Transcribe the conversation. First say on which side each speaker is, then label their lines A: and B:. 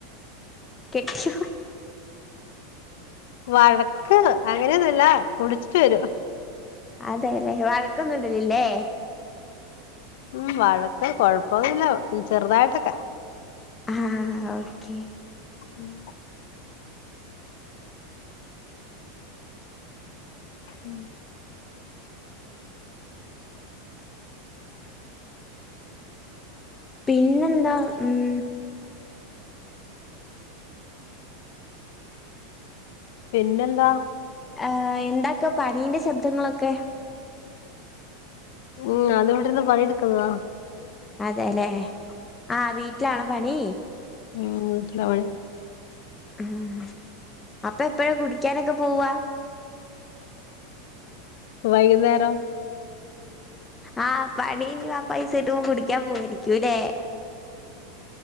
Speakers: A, on the left (about 15°); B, on the left (about 70°).
A: കെട്ടിയോൻ
B: വഴക്ക് അങ്ങനെയൊന്നുമല്ല കുടിച്ചിട്ട് വരു
A: അതെ അല്ലേ വ വഴക്കുന്നിടലിലെ
B: ഉം വഴക്ക കൊഴപ്പൊന്നില്ല ചെറുതായിട്ടൊക്കെ
A: ആ ഓക്കെ
B: ഉം ഉം
A: പിന്നെന്താ ഉം
B: പിന്നെന്താ
A: ഏ എന്താക്ക പണീന്റെ ശബ്ദങ്ങളൊക്കെ
B: ഉം അത് ഇവിടെനിന്ന് പണിെടുക്കുന്നതാ
A: അതെല്ലേ ആ വീട്ടിലാണോ പണി
B: ഉം വീട്ടിലാണ് പണി
A: ഉമ് അപ്പ എപ്പഴാ കുടിക്കാനെക്കെ പോവ്വാ
B: വൈകുന്നേരം
A: ആ പണീഞ്ഞ് ആ പൈസ കിട്ടുമ്പോ കുടിക്കാൻ പോവരിക്കൂല്ലേ